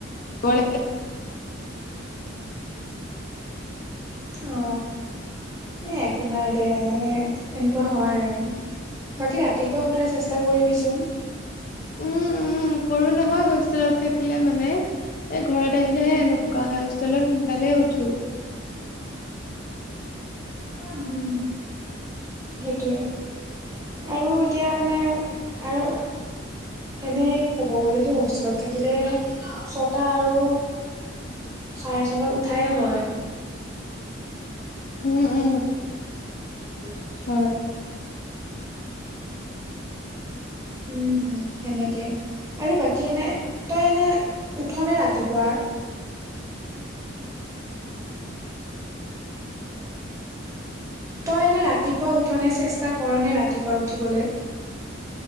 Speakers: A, on the left; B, on the right.
A: লাগে।
B: অ, এ একো নাই দে মানে এনেকুৱা হয় আৰু। বাকী ৰাতিপুৱা উঠাৰ চেষ্টা কৰিবিচোন?
A: উম, উম কৰো নহয় হোষ্টেলত থাকিলে মানে, এ ঘৰত আহিলে হে এনু কোৱা হয়, হোষ্টেলত সোনকালে উঠো।
B: উম। সেইটোৱে আৰু এতিয়া মানে আৰু এনে ক'ব গ'লেতো হোষ্টেলত থাকিলে ছটা আৰু চাৰে ছটাত উঠাই হয়।
A: উম উম
B: <unintelligible>
A: হয়
B: উম সেনেকে আৰু বাকী এনে তই এনে উঠ নে ৰাতিপুৱাৰ? তই এনে ৰাতিপুৱা উঠনে চেষ্টা কৰ নে ৰাতিপুৱা উঠিবলে?